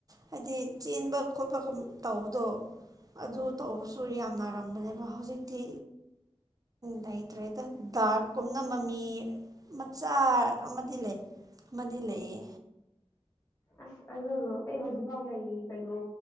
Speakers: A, on the right (about 35°); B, on the left (about 30°).
A: ꯍꯥꯏꯗꯤ ꯆꯦꯟꯕ ꯈꯣꯠꯄꯒ ꯇꯧꯕꯗꯣ
B: ꯎꯝ
A: ꯑꯗꯨ ꯇꯧꯕꯁꯨ ꯌꯥꯝ ꯅꯥꯔꯝꯕꯅꯦꯕ ꯍꯧꯖꯤꯛꯇꯤ ꯂꯩꯇ꯭ꯔꯦꯗ ꯗꯥꯛꯀꯨꯝꯅ ꯃꯃꯤ ꯃꯆꯥ ꯑꯃꯗꯤ ꯂꯩ ꯑꯃꯗꯤ ꯂꯩꯌꯦ
B: ꯑꯁ ꯑꯗꯨꯗ ꯑꯩ ꯍꯧꯖꯤꯛꯐꯥꯎ ꯂꯩꯔꯤ ꯀꯩꯅꯣ